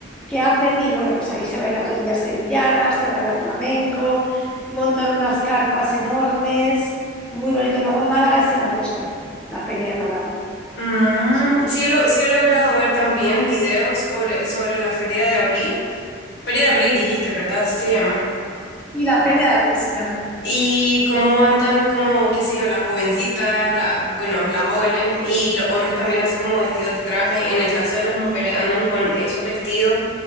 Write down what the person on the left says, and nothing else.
Mm,
sí, he lo- sí he logrado ver también videos sobre, sobre la Feria de Abril. Feria de Abril dijiste, ¿verdad? Así se llama.
Y cómo andan como, qué sé yo, las jovencitas, la, bueno, las jóvenes y los hombres también así como vestidos de traje. En el caso de las mujeres andan con esos vestidos